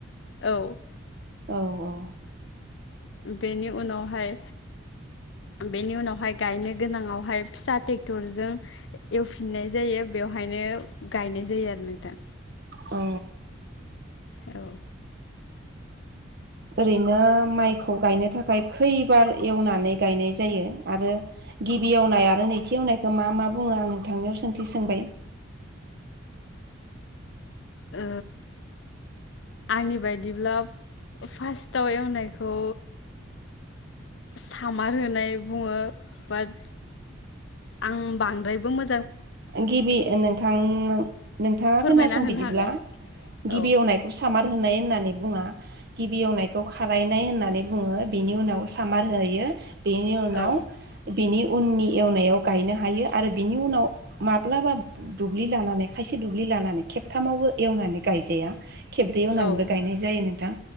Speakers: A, on the left (about 60°); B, on the right (about 50°).
A: औ।
B: अ अ।
A: बेनि उनावहाय बेनि उनावहाय। गायनो गोनाङावहाय फिसा ट्रेक्टरजों एवफिननाय जायो बेवहायनो गायनाय जायो आरो <unintelligible>
B: औ।
A: औ।
B: ओरैनो माइखौ गायनो थाखाय खैबार एवनानै गायनाय जायो आरो गिबि एवनाय आरो नैथि एवनायखौ मा मा बुङो आं नोंथांनियाव सोंथि सोंबाय।
A: ओ आंनि बायदिब्ला फार्स्टआव एवनायखौ सामार होनाय बुङो बाट आं बांद्रायबो मो
B: गिबि नोंथां नोंथाङा
A: फोरमायना
B: खोनासं
A: होनो
B: बिदिब्ला
A: हागोन
B: गिबि
A: औ
B: एवनायखौ सामा होनाय होननानै बुङा गिबि एवनायखौ खारायनाय होननानै बुङो बिनि उनाव सामार होयो। बेनि उनाव
A: औ
B: बिनि उननि एवनायाव गायनो हायो आरो बिनि उनाव माब्लाबा दुब्लि लानानै खायसे दुब्लि लानानै खेबथामावबो एवनानै गायजाया खेब्रै एवनानैबो
A: औ
B: गायनाय जायो नों थां